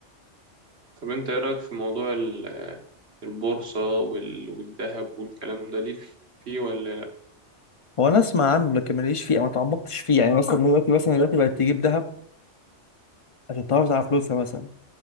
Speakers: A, on the right; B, on the left.
A: طب انت ايه رأيك في موضوع ال- البورصة وال- والذهب والكلام ده ليك فيه ولا لا؟
B: هو انا اسمع عنه لكن ماليش فيه او ما تعمقتش فيه يعني مثلا دلوقتي مثلا دلوقتي بقت تجيب ذهب عشان تحافظ على فلوسها مثلا